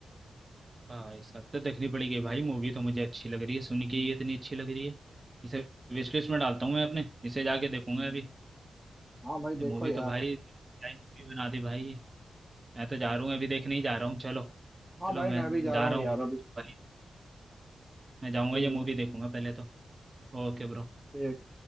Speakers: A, on the right (about 20°); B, in the centre.
A: भाई साहब तो देखनी पड़ेगी भाई मूवी तो मुझे अच्छी लग रही है सुन के ही इतनी अच्छी लग रही है इसे विश लिस्ट में डालता हूँ मैं अपने इसे जाके देखूंगा अभी
B: हाँ भाई
A: ये
B: देखो
A: मूवी
B: यार
A: तो भाई क्या मूवी बना दी भाई ये। मैं तो जा रहा हूँ अभी देखने ही जा रहा हूँ चलो
B: हाँ
A: चलो
B: भाई
A: मैं
B: मैं भी जा
A: जा
B: रहा हूँ
A: रहा
B: यार
A: हूँ
B: अभी
A: भाई मैं जाऊँगा
B: ठीक
A: ये मूवी
B: है
A: देखूंगा पहले तो Okay bro
B: ठीक